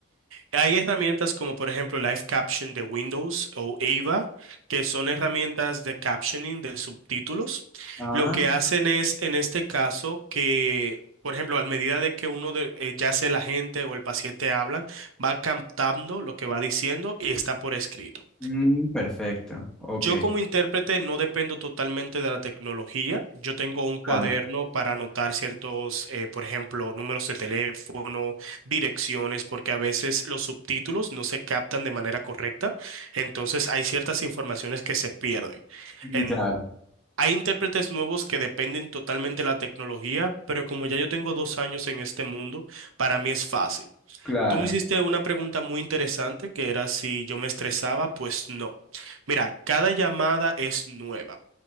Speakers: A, on the right (about 80°); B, in the centre.
A: Hay herramientas como por ejemplo Live Caption de Windows o AVA, que son herramientas de captioning de subtítulos.
B: Ah,
A: Lo que hacen es, en este caso, que, por ejemplo, a medida de que uno de, eh, ya sea la gente o el paciente hablan, va captando lo que va diciendo y está por escrito.
B: mm, perfecto. Ok.
A: Yo como intérprete no dependo totalmente de la tecnología. Yo tengo un cuaderno
B: Claro.
A: para anotar ciertos, eh, por ejemplo, números de teléfono, direcciones, porque a veces los subtítulos no se captan de manera correcta. Entonces hay ciertas informaciones que se pierden.
B: Mm,
A: En-
B: Claro,
A: hay intérpretes nuevos que dependen totalmente de la tecnología, pero como ya yo tengo dos años en este mundo, para mí es fácil.
B: claro.
A: Tú me hiciste una pregunta muy interesante que era si yo me estresaba, pues no. Mira, cada llamada es nueva